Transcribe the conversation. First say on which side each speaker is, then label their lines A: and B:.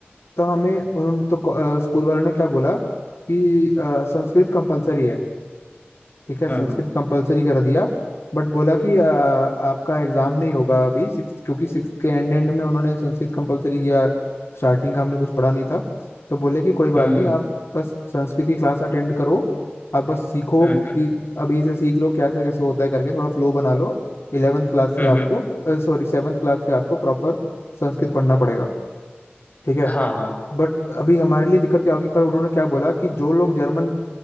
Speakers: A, on the left (about 80°); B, on the left (about 40°).
A: तो हमें उन तो स्कूल वालों ने क्या बोला कि अ, संस्कृत कंपलसरी है ठीक है
B: हम्म
A: संस्कृत कंपलसरी कर दिया बट बोला कि आ, आपका एग्जाम नहीं होगा अभी सिक्स क्योंकि सिक्स के एंड एंड में उन्होंने संस्कृत कंपलसरी किया स्टार्टिंग का हमने कुछ पढ़ा नहीं था तो बोले कि कोई बात
B: हम्म
A: नहीं आप बस संस्कृत की क्लास अटेंड करो आप बस सीखो
B: हम्म
A: कि अभी से सीख लो कैसे कैसे होता है करके थोड़ा फ्लो बना लो इलेवेंथ क्लास से
B: हम्म
A: आपको
B: हम्म
A: सॉरी सेवन्थ क्लास से आपको प्रॉपर संस्कृत पढ़ना पड़ेगा ठीक है
B: हाँ हाँ
A: बट अभी हमारे लिए दिक्कत क्या होगी पर उन्होंने क्या बोला कि जो लोग जर्मन